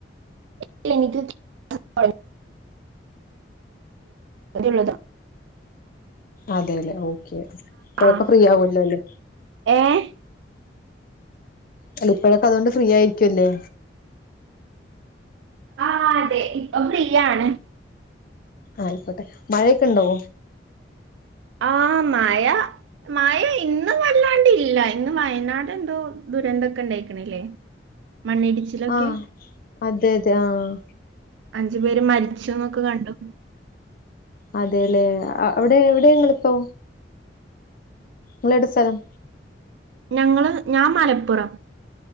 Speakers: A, on the right (about 80°); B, on the left (about 50°).
A: <unintelligible> അതുള്ളതാ
B: അതെല്ലേ ഓക്കെ ഇപ്പഴൊക്കെ
A: ആഹ്
B: ഫ്രീ ആവല്ലോ എല്ലേ
A: ഏഹ്
B: അല്ല ഇപ്പഴൊക്കെ അതുകൊണ്ട് ഫ്രീ ആയിരിക്കുവല്ലേ
A: ആഹ് അതെ ഇപ്പ ഫ്രിയാണ്
B: ആയിക്കോട്ടെ മഴേ‌ക്കിണ്ടോ
A: ആഹ് മഴ മഴ ഇന്നു വല്ലാണ്ടില്ല ഇന്ന് വയനാട് എന്തോ ദുരന്തൊക്കെ ഇണ്ടായിക്ക ണില്ലേ മണ്ണിടിച്ചിലൊക്കെ
B: ആഹ് അതെ അതെ ആഹ്
A: അഞ്ചു പേര് മരിച്ചൂന്നൊക്കെ കണ്ടു
B: അതേല്ലേ അഹ് അവിടെ എവിടെ നിങ്ങളിപ്പൊ ഇങ്ങളിടെ സ്ഥലം
A: ഞങ്ങള്. ഞാൻ മലപ്പുറം.